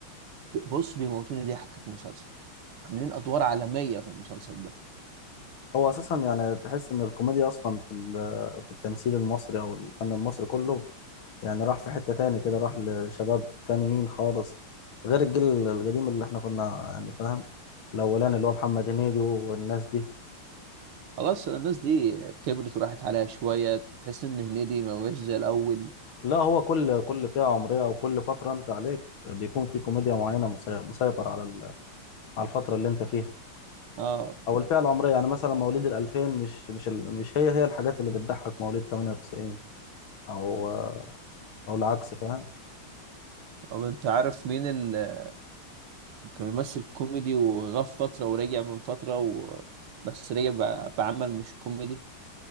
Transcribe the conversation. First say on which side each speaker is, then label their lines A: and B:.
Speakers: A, on the right; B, on the left.
A: بص بيموتوني ضحك في المسلسل عاملين أدوار عالمية في المسلسل
B: هو اساسا يعني تحس ان الكوميديا اصلا في ال- في التمثيل المصري او الفن المصري كله يعني راح في حتة تاني كده راح لشباب تانيين خالص غير الجيل القديم اللي احنا كنا يعني فاهم الأولاني اللي هو محمد هنيدي والناس دي
A: خلاص الناس دي كبرت وراحت عليها شوية تحس إن هنيدي ما بقاش زي الأول
B: لا هو كل كل فئة عمرية أو كل فترة أنت عليك بيكون في كوميديا معينة مسي- مسيطر على ال- على الفترة اللي أنت فيها
A: اه
B: أو الفئة العمرية يعني مثلا مواليد الألفين مش مش ال- مش هي هي الحاجات اللي بتضحك مواليد 98 أو أو العكس فاهم
A: طب أنت عارف مين اللي كان بيمثل كوميدي وغاب فترة ورجع من فترة و... بس رجع ب... بعمل مش كوميدي